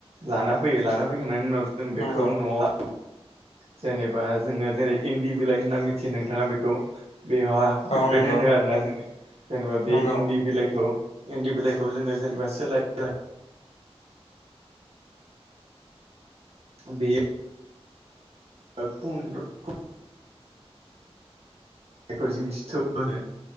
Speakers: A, on the right; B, on the left.
A: लाना फैयो लाना फैखांनायनि उनाव जों
B: नंगौ
A: बेखौ न'आव जेनेबा जोंङो जेनै इन्दि बिलाइ होनना मिथि नोंथाङा बेखौ बेहा
B: औ
A: बे
B: नंगौ
A: दोनो आरोना जोंङो जेनेबा बे
B: नंगौ
A: इन्दि बिलाइखौ इन्दि बिलाइखौ जोंङो जेनेबा सोलाय बे <unintelligible> जायखौ जों फिथोब होनो